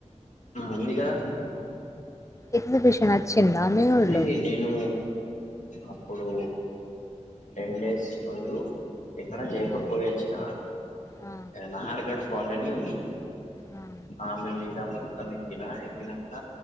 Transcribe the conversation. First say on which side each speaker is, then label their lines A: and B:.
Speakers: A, on the left; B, on the left.
A: ఉంది కదా
B: ఎగ్జిబిషన్ వచ్చిందా మీ ఊర్లో
A: అరే నేను అప్పుడు టెన్ డేస్ ముందు ఇక్కడ జైపూర్
B: ఆ,
A: పోయి వచ్చిన
B: ఆ,
A: నహార్గఢ ఫర్ట్ అని ఉంది
B: ఆ,
A: ఆమెలి మొత్తం ఎక్కినా ఎక్కినాక